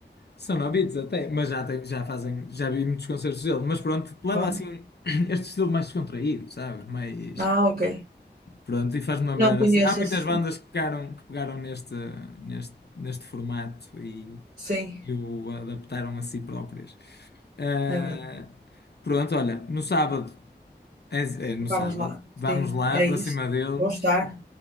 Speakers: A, on the left (about 65°); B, on the right (about 55°).
A: São novitos até, mas já, tem, já fazem, já vi muitos concertos dele. Mas pronto, leva
B: Ah,
A: assim <clears throat> este estilo mais descontraído, sabes? Mais,
B: ah, ok.
A: pronto, e faz-me lembrar
B: Não conheço,
A: assim. Há muitas
B: assim.
A: bandas que pegaram, que pegaram neste, neste, neste formato e,
B: sim,
A: e o adaptaram a si próprias. Ah,
B: é verdade.
A: pronto, olha, no sábado, é, é no
B: Vamos
A: sábado,
B: lá,
A: vamos
B: sim,
A: lá
B: é
A: para
B: isso.
A: cima deles.
B: Vou estar.